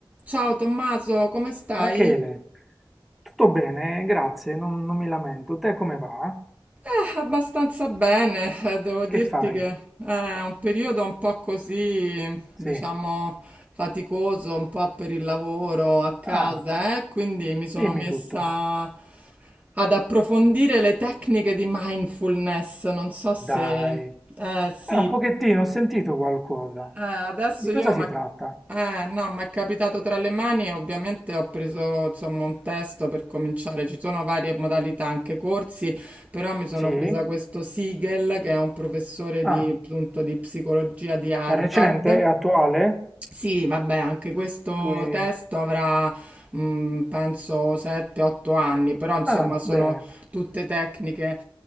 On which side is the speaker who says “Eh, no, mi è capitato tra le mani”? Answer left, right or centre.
Right